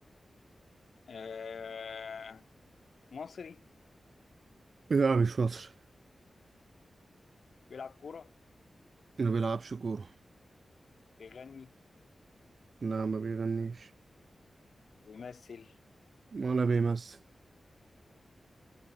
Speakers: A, on the left; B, on the right.
A: آه مصري
B: لا مش مصري
A: بيلعب كورة
B: ما بيلعبش كورة
A: بيغني
B: لا ما بيغنيش
A: بيمثل
B: ولا بيمثل